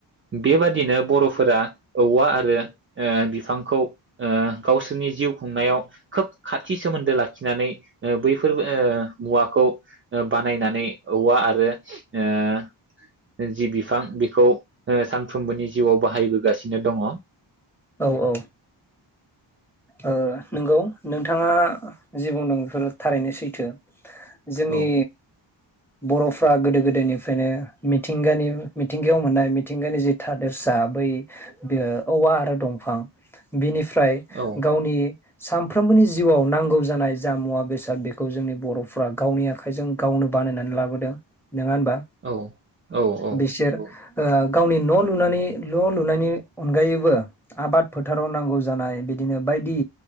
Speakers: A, on the right (about 30°); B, in the centre.
A: बेबादिनो बर'फोरा औवा आरो ओ बिफांखौ ओ गावसोरनि जिउ खुंनायाव खोब खाथि सोमोन्दो लाखिनानै ओ बैफोर ओ मुवाखौ बानायनानै औवा आरो ओ जि बिफां बेखौ ओ सानफ्रोमबोनि जिउआव बाहायबोगासिनो दङ
B: औ औ ओ नंगौ नोंथाङा जि बुंदों बेफोरो थारैनो सैथो जोंनि
A: औ
B: बर'फ्रा गोदो गोदायनिफ्रायनो मिथिंगानि मिथिंगायाव मोननाय मिथिंगानि जि थादेरसा बै बे औवा आरो दंफां बिनिफ्रा फ्राय
A: औ
B: गावनि सानफ्रोमबोनि जिउआव नांगौ जानाय जा मुवा बेसाद बेखौ जोंनि बर'फ्रा गावनि आखाइजों गावनो बानायनानै लाबोदों नङा होनबा
A: औ औ औ
B: बिसोर
A: नंगौ
B: ओ गावनि न' लुनानै न' लुनायनि अनगायैबो आबाद फोथाराव नांगौ जानाय बिदिनो बायदि